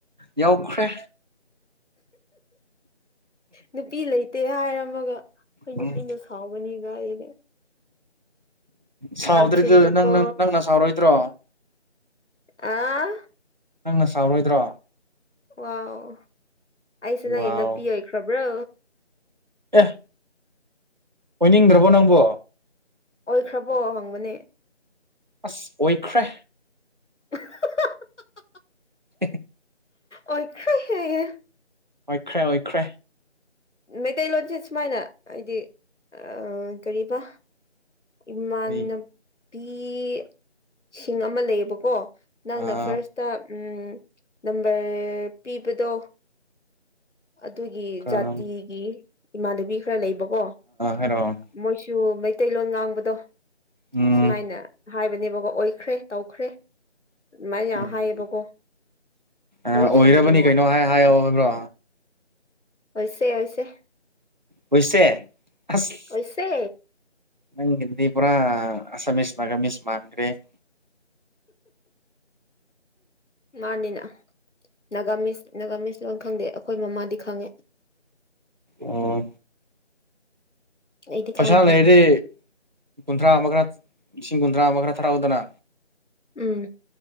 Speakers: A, on the right; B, on the left.
A: ꯌꯥꯎꯈ꯭ꯔꯦ
B: ꯅꯨꯄꯤ ꯂꯩꯇꯦ ꯍꯥꯏꯔꯝꯃꯒ ꯑꯩꯈꯣꯏ
A: ꯎꯝ
B: ꯅꯨꯄꯤꯅ ꯁꯥꯎꯒꯅꯤ ꯒꯥꯥꯏꯌꯦꯅꯦ
A: ꯁꯥꯎꯗ꯭ꯔꯤꯗꯨ
B: ꯊꯨꯏꯗꯀꯣ
A: ꯅꯪ ꯅꯪꯅ ꯁꯥꯎꯔꯣꯏꯗ꯭ꯔꯣ
B: ꯑ
A: ꯅꯪꯅ ꯁꯥꯎꯔꯣꯏꯗ꯭ꯔꯣ
B: ꯋꯥꯎ ꯑꯩꯁꯦ ꯅꯪꯒꯤ
A: ꯋꯥꯎ
B: ꯅꯨꯄꯤ ꯑꯣꯏꯈ꯭ꯔꯕ꯭ꯔꯣ
A: ꯑꯦ ꯑꯣꯏꯅꯤꯡꯗ꯭ꯔꯕꯣ ꯅꯪꯕꯣ
B: ꯑꯣꯏꯈ꯭ꯔꯕꯣ ꯍꯪꯕꯅꯦ
A: ꯑꯁ ꯑꯣꯏꯈ꯭ꯔꯦ
B: <unintelligible>
A: <unintelligible>
B: ꯑꯣꯏꯈ꯭ꯔꯦ ꯍꯥꯏꯌꯦ
A: ꯑꯣꯏꯈ꯭ꯔꯦ ꯑꯣꯏꯈ꯭ꯔꯦ
B: ꯃꯩꯇꯩꯂꯣꯟꯁꯦ ꯁꯨꯃꯥꯏꯅ ꯍꯥꯏꯗꯤ ꯑꯥ ꯀꯔꯤꯕ ꯏꯃꯥꯟꯅꯕꯤꯁꯤꯡ
A: ꯀꯔꯤ
B: ꯑꯃ ꯂꯩꯌꯦꯕꯀꯣ ꯅꯪꯅ
A: ꯑꯥ
B: ꯐꯥꯔꯁꯇ ꯎꯝ ꯅꯝꯕꯔ ꯄꯤꯕꯗꯣ ꯑꯗꯨꯒꯤ
A: ꯀꯔꯝ
B: ꯖꯥꯇꯤꯒꯤ ꯏꯃꯥꯟꯅꯕꯤ ꯈꯔ ꯂꯩꯕꯀꯣ
A: ꯔꯣ
B: ꯃꯣꯏꯁꯨ ꯃꯩꯇꯩꯂꯣꯟ ꯉꯥꯡꯕꯗꯣ
A: ꯎꯝ
B: ꯁꯨꯃꯥꯏꯅ ꯍꯥꯏꯕꯅꯦꯕꯀꯣ ꯑꯣꯏꯈ꯭ꯔꯦ ꯇꯧꯈ꯭ꯔꯦ ꯑꯗꯨꯃꯥꯏꯅ ꯌꯥꯝ
A: ꯎꯝ
B: ꯍꯥꯏꯌꯦꯕꯀꯣ
A: ꯑꯣꯏꯔꯕꯅꯤ
B: ꯋꯥꯔꯤ ꯁꯥꯟꯅꯕ
A: ꯀꯩꯅꯣ ꯍꯥꯏ ꯍꯥꯏꯌꯑꯣ ꯍꯥꯏꯕ꯭ꯔꯣ
B: ꯍꯣꯏꯁꯦ ꯍꯣꯏ ꯁꯦ
A: ꯑꯣꯏꯁꯦ ꯑꯁ
B: ꯑꯣꯏꯁꯦ
A: ꯅꯪ ꯒꯤꯗꯨꯗꯤ ꯄꯨꯔꯥ ꯑꯁꯥꯃꯤꯁ ꯅꯒꯥꯃꯤꯁ ꯃꯥꯟꯈ꯭ꯔꯦ <inaudible>
B: ꯃꯥꯟꯅꯤꯅ ꯅꯥꯒꯥꯃꯤꯁ ꯅꯥꯒꯥꯃꯤꯁ ꯂꯣꯟ ꯈꯪꯗꯦ ꯈꯣꯏ ꯃꯃꯥꯗꯤ ꯈꯪꯉꯦ
A: ꯑꯥ
B: ꯑꯩꯗꯤ
A: ꯄꯩꯁꯥ
B: ꯈꯪꯗ꯭ꯔꯦ
A: ꯂꯩꯔꯗꯤ ꯀꯨꯟꯊ꯭ꯔꯥ ꯑꯃ ꯈꯔ ꯂꯤꯁꯤꯡ ꯀꯨꯟꯊ꯭ꯔꯥ ꯑꯃ ꯈꯔ ꯊꯥꯔꯛꯎꯗꯅ
B: ꯎꯝ